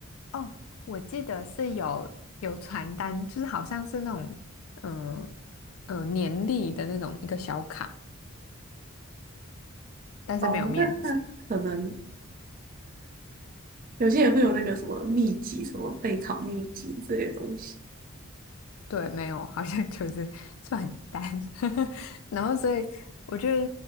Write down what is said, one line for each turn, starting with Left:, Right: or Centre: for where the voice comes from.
Left: 哦，我记得是有有传单，就是好像是那种，嗯、呃、嗯、年历的那种一个小卡，但是没有面纸。
Right: 哦，那那可能有些也会有那个什么秘籍、什么备考秘籍之类东西。
Left: 对，没有，好像就是 <laughs> 算很淡，<laughs> 然后所以我觉得，